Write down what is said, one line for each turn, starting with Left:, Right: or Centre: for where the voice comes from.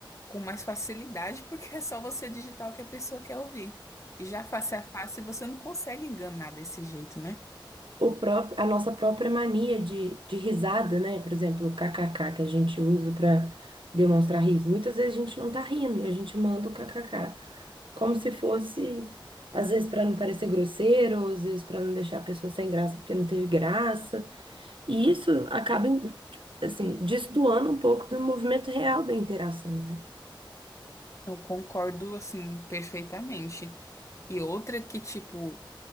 Left: com mais facilidade, <laughs> porque é só você digitar o que a pessoa quer ouvir. E já face a face você não consegue enganar desse jeito, né?
Right: o próprio, a nossa própria mania de, de risada, né? Por exemplo, o kkk que a gente usa para demonstrar riso. Muitas vezes a gente não tá rindo e a gente manda o kkk, como se fosse, às vezes para não parecer grosseiro, ou às vezes para não deixar a pessoa sem graça porque não teve graça. E isso acaba, tipo, assim, destoando um pouco do movimento real da interação, né?
Left: Eu concordo, assim, perfeitamente. E outra que, tipo,